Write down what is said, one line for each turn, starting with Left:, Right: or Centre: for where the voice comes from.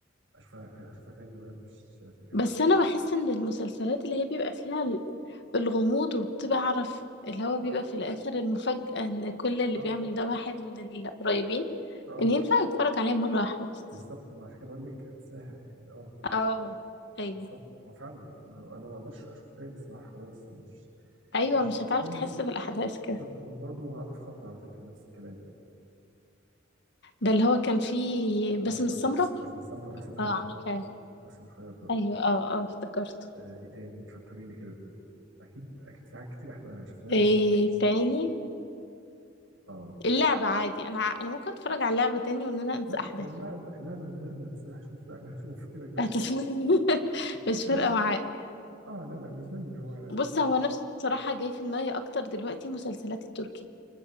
Right: اشوفها اشوفها تاني وانا مش فاكرها
Left: بس انا بحس ان المسلسلات اللي هي بيبقى فيها الغموض وبتعرف اللي هو
Right: اه
Left: بيبقى في الآخر المفاجأة إن كل اللي
Right: اه
Left: بيعمل ده واحد من القريبين
Right: اه
Left: إن ينفع أتفرج عليه مرة واحدة بس
Right: بالظبط ما عشان كده بقول لك انساها يعني اه
Left: اه أيوه
Right: بالظبط ما فعلا ما هو انا ما اقدرش اشوفه تاني الصراحه خلاص انا مش
Left: أيوه
Right: هو
Left: مش هتعرف
Right: كله
Left: تحس بالأحداث كده
Right: بالظبط وبرضه من عاطف خاطر على فكره نفس الكلام
Left: ده اللي هو كان فيه باسم
Right: بس
Left: السمرة
Right: بس السمرة وبس الخياط
Left: اه عارفاه
Right: بس الخياط برضه
Left: أيوه اه اه افتكرته
Right: آه ايه تاني فكريني كده اكيد اكيد في حاجات كتير احنا شفناها
Left: إيه
Right: بس بس-
Left: تاني
Right: اه
Left: اللعبة عادي أنا ع- أنا ممكن أتفرج على اللعبة تاني وإن أنا أنسى
Right: لا
Left: أحداث
Right: اللعب اللعبة من غير ما انساها هشوف لا لا هشوف <laughs> كده كده
Left: <laughs> مش
Right: وكان
Left: فارقة معايا
Right: اه لا لا مش ده اللي هو
Left: بص هو أنا بصراحة جاي في دماغي أكتر دلوقتي مسلسلات التركي